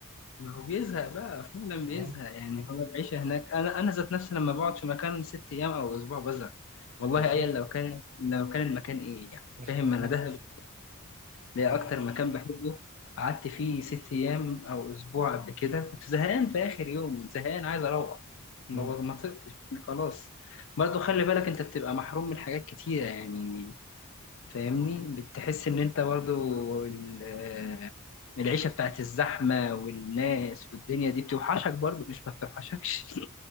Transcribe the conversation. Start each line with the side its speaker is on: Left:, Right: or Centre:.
Left: ما هو بيزهق بقى فعلا
Right: <laughs> أها
Left: بيزهق يعني هو العيشة هناك أنا أنا ذات نفسي لما بقعد في مكان ست أيام أو أسبوع بزهق والله
Right: بالظبط
Left: أيا لو كان لو كان المكان إيه يعني
Right: مش
Left: فاهم
Right: مش
Left: أنا
Right: مت...
Left: دهب ده
Right: أها.
Left: أكتر مكان بحبه قعدت فيه ست أيام أو أسبوع قبل كده كنت زهقان في آخر يوم زهقان عايز أروح
Right: مم.
Left: ما ما طقتش خلاص برضه خلي بالك أنت بتبقى محروم من حاجات كتيرة يعني فاهمني بتحس ان انت برضو ال- آه، العيشة بتاعت الزحمة والناس والدنيا دي بتوحشك برضو مش ما بتوحشكش